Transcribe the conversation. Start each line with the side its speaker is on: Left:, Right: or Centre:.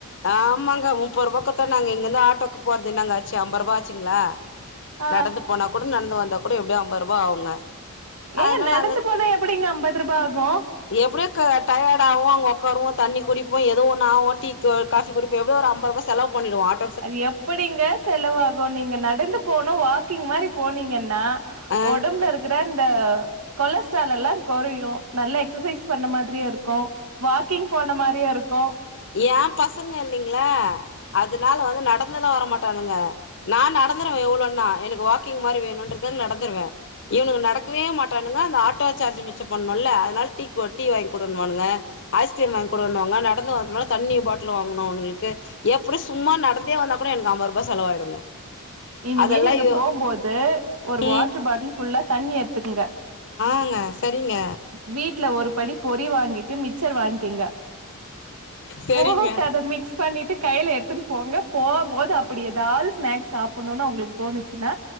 Left: ஆமாங்க முப்பது ரூபாக்குத்தா நாங்க இங்கெருந்து ஆட்டோக்கு போறது என்னங்க ஆச்சு அம்ப ரூபா ஆச்சுங்களா
Right: ஆ
Left: நடந்து போனா கூட நடந்து வந்தா கூட எப்டியோ அம்பது ரூபா ஆகுங்க
Right: ஏங்க
Left: அதனால
Right: நடந்து போன எப்டிங்க அம்பது ரூபா ஆகு
Left: எப்டியே க்கு டயர்ட் ஆகுவோ அங் ஒக் ஒக்காருவோ தண்ணி குடிப்போ எதோ ஒன்னு ஆவோ டீ க்கு காபி குடிப்போ எப்டியோ ஒரு அம்ப ரூபா செலவு பண்ணிடுவோ அட்
Right: அது எப்படிங்க ஸ் செலவாகு நீங்க நடந்து போனு வாக்கிங் மாரி போனீங்கனா
Left: ஆ
Right: ஒடம்புல இருக்கற இந்த கொலஸ்ட்ரால் எல்லா கொறையு நல்ல எக்சசைஸ் பண்ண மாதிரியு இருக்கு வாக்கிங் போன மாரியு இருக்கு
Left: ஏ பசங்க இல்லீங்களா அதனால வந்து நடந்தெல்லா வரமாட்டானுங்க நா நடந்துடுவே எவ்ளோனா எனக்கு வாக்கிங் மாரி வேணு ன்றதுக்காக நடந்துடுவே இவனுங்க நடக்கவே மாட்டானுங்க அந்த ஆட்டோ சார்ஜ் மிச்ச பண்ணணுல்ல அதனால டீ கு டீ வாங்கி குடுனுவானுங்க ஐஸ்கிரீம் வாங்கி குடுணுவானுங்க நடந்து வரனுமுனா தண்ணி பாட்டில் வாங்கணு அவுனுங்களுக்கு எப்டியு சும்மா நடந்தே வந்தா கூட எனக்கு அம்பது ரூபா செலவாயிடுங்க
Right: இனிமே
Left: அதெல்லாம்
Right: நீங்க
Left: யோ
Right: போம்போது ஒரு
Left: ம்
Right: வாட்டர் பாட்டில் ஃபுல்லா தண்ணி எடுத்துக்குங்க
Left: ஆ ங்க செரிங்க
Right: வீட்ல ஒரு படி பொரி வாங்கிட்டு மிக்சர் வாங்கிங்க
Left: சரிங்க.
Right: போகோட்ட அத மிக்ஸ் பண்ணிட்டு கைல எடுத்துனு போங்க போம்போது அப்டி எதாது ஸ்நாக்ஸ் சாப் புனுனு அவுங்களுக்கு தோணுச்சுன்னா